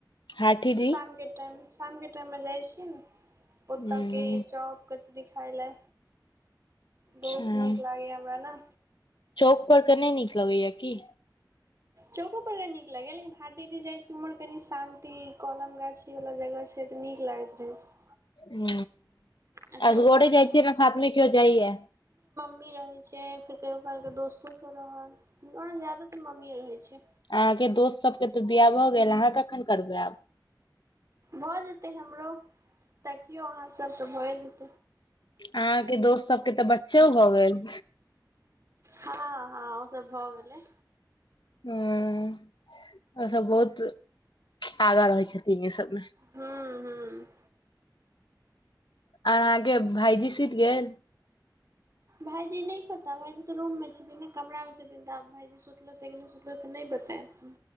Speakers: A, on the left; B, on the right.
A: हाथी दीज
B: शामके टाइम शामके टाइममे जाइ छियै ने ओ त
A: हूं
B: के चॉप कचरी खाय लए
A: अच्छा
B: बहुत नीक लागैया हमरा न
A: चौक पर का नई नीक लगैया की
B: चौको परका नीक लगै लेकिन हाटीडी जाइ छी उम्हर कनि शान्ति कलम गाछी वाला जगह छै तऽ नीक लागैत रहै छै
A: हू
B: आ चौकपर
A: असगरे
B: कनि
A: जाइ छियै की साथ में कियो जाईए
B: मी रहे छै फेर कहियो काल के दोस्तो सब रहल ओना जादातर मम्मीए रहै छै
A: अहाँके दोस्त सबके तऽ बियाह भऽ गेल अहाँ कखन करबै आब
B: भऽ जेतै हमरो तकियो अहाँसभ तऽ भए जेतै
A: अहाँके दोस्त सबके तऽ बचो भऽ गेल
B: हँ हँ ओसभ भऽ गेलै
A: ह ओ सब बहुत आगाँ रहै छथिन ई सबमे
B: हूँ हूँ
A: आर अहाँके भाईजी सुति गेल
B: भाइजी नहि पता भाइजी तऽ रूममे छथिन ने कमरामे छथिन तऽ आब भाइजी सुतलेतै कि नहि सुतलै नहि पता अय